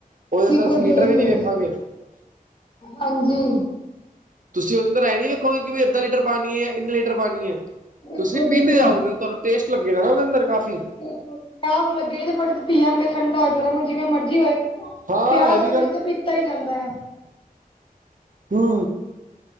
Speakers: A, on the right; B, on the left.
A: ਉਹਦੇ ਅੰਦਰ,
B: ਬਿਲਕੁਲ
A: ਅਸੀਂ ਲੀਟਰ
B: ਬਿਲਕੁਲ
A: ਵੀ, ਨਹੀਂ ਵੇਖਾਂਗੇ।
B: ਹਾਂਜੀ।
A: ਤੁਸੀਂ ਉਹਦੇ ਅੰਦਰ, ਏਹ ਨੀ ਵੇਖੋਗੇ, ਕਿ ਅੱਧਾ ਲੀਟਰ ਪਾਣੀ ਹੈ। ਜਾਂ ਇੰਨੇ ਲੀਟਰ ਪਾਣੀ ਹੈ।
B: ਬਿਲਕੁਲ
A: ਤੁਸੀਂ ਪੀਂਦੇ
B: ਬਿਲਕੁਲ
A: ਜਾਓਗੇ, ਤੁਹਾਨੂੰ ਟੇਸਟ ਲੱਗੇਗਾ, ਨਾ। ਉਹਦੇ ਅੰਦਰ ਕਾਫ਼ੀ
B: ਬਿਲਕੁਲ। ਪਿਆਸ ਲੱਗੇ ਤੇ ਘੋਟ ਕ ਪੀਆਗੇ। ਠੰਡਾ ਹੋਣੇ, ਗਰਮ ਹੋਣੇ, ਜਿਵੇਂ ਮਰਜ਼ੀ ਹੋਏ।
A: ਹਾਂ
B: ਪਿਆਸ
A: ਇਹ ਵੀ
B: ਦੇ
A: ਗੱਲ
B: ਵਿੱਚ, ਪੀਤਾ ਹੀ ਜਾਂਦਾ ਆ।
A: ਹਾ।